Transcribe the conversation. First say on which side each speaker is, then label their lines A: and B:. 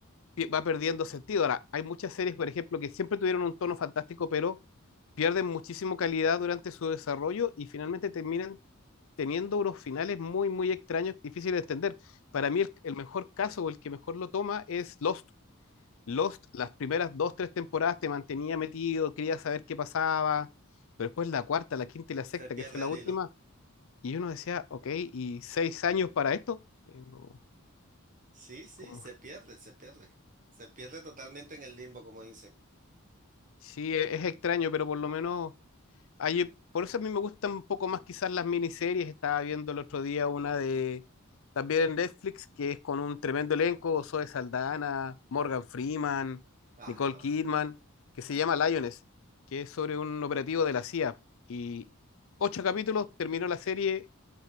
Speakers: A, on the left; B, on the right.
A: pi- va perdiendo sentido. Ahora, hay muchas series, por ejemplo, que siempre tuvieron un tono fantástico, pero pierden muchísimo calidad durante su desarrollo y finalmente terminan teniendo unos finales muy, muy extraños, difíciles de entender. Para mí, el, el mejor caso o el que mejor lo toma es Lost. Lost, las primeras dos, tres temporadas te mantenía metido, quería saber qué pasaba, pero después la cuarta, la quinta y la sexta,
B: Se pierde
A: que fue la
B: el
A: última,
B: hilo.
A: y uno decía, ok, ¿y seis años para esto? Eh, no,
B: Sí, sí,
A: como-
B: se pierde, se pierde. Se pierde totalmente en el limbo, como dicen.
A: sí, es es extraño, pero por lo menos Ay, por eso a mí me gustan un poco más quizás las miniseries. Estaba viendo el otro día una de también en Netflix que es con un tremendo elenco, Zoe Saldana, Morgan Freeman, Nicole
B: Ajá.
A: Kidman, que se llama Lioness, que es sobre un operativo de la CIA. Y ocho capítulos, terminó la serie,